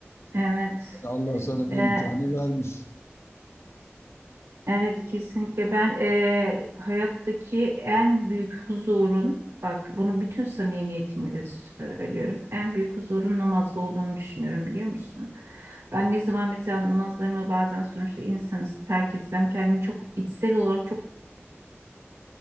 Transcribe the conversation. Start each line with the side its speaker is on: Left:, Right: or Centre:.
Right: Evet.
Left: Yani Allah sana bu
Right: Ee,
Left: imkanı vermiş.
Right: Evet kesinlikle ben eee, hayattaki en büyük huzurun bak bunu bütün samimiyetimle söylüyorum en büyük huzurun namazda olduğunu düşünüyorum biliyor musun? Ben ne zaman mesela namazlarımı bazen sonuçta insanız terk etsem kendimi çok içsel olarak çok